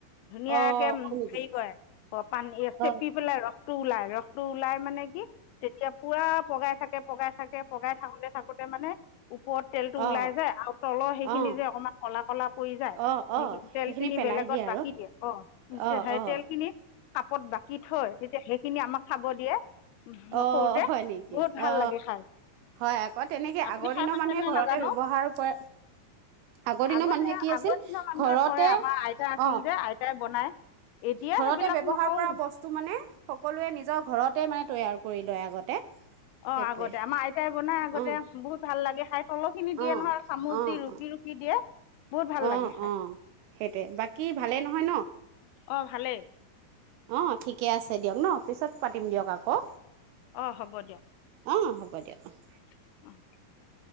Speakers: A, on the left; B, on the right.
A: ধুনীয়াকে
B: অঁ হয় নেকি
A: হেৰি কৰে অ, পানী চেপি
B: অঁ
A: পেলাই ৰস, ৰসটো ওলাই ৰস, টো ওলাই মানে কি তেতিয়া, পুৰা পগাই থাকে, পগাই থাকে পগাই থাকোতে, থাকোতে মানে, - ওপৰত তেলটো
B: অঁ
A: ওলাই যায় আৰু তলৰ সেইখিনি
B: অঁ
A: যে অকণমান কলা-কলা পুৰি যায়
B: অঁ
A: সেই
B: অঁ
A: তেল
B: সেইখিনি
A: খিনি
B: পেলাই
A: বেলেগত
B: আৰু
A: বাকি দিয়ে অহ,
B: অঁ
A: সেই
B: অঁ
A: তেল খিনি, ওপৰত বাকী থৈ তেতিয়া, খিনি আমাক খাব দিয়ে। উম,
B: অহ,
A: সৰুতে
B: হয় নেকি
A: বহুত ভাল
B: অ,
A: লাগে খাই
B: হয়, অ, 'তেনেকে
A: আপুনি
B: আগৰ
A: খাই
B: দিনৰ
A: পাইছেনে
B: মানুহে ঘৰতে
A: নাজানো
B: ব্যৱহাৰ কৰে। আগৰ দিনৰ
A: আগতে
B: মানুহে কি আছিল
A: আগৰ দিনৰ মানুহে
B: ঘৰতে
A: কয় আমাৰ আইতা আছিল
B: অহ,
A: যে আইতাই বনায় এতিয়া
B: ঘৰতে
A: সেইবিলাক
B: ব্যৱহাৰ
A: নকৰোঁ
B: কৰা বস্তু মানে সকলোৱে নিজৰ ঘৰত, তে মানে তৈয়াৰ কৰি লয় আগতে।
A: অহ,
B: সেইটোৱে
A: আগতে আমাৰ আইতাই বনাই আগতে
B: অঁ
A: বহুত ভাল লাগে, খাই তলৰ খিনি
B: অ',
A: দিয়ে নহয় চামুচ
B: অ',
A: দি ৰুকি -ৰুকি দিয়ে বহুত
B: অ',
A: ভাল লাগে
B: অ',
A: খাই।
B: অ', সেইটোৱে বাকী ভালেই নহয়
A: অহ, ভালেই।
B: অহ, ঠিকে আছে দিয়ক ন', পিছত পাতিম দিয়ক আকৌ।
A: অহ, হ'ব দিয়ক।
B: অহ, হ'ব দিয়ক অ, '
A: <inaudible>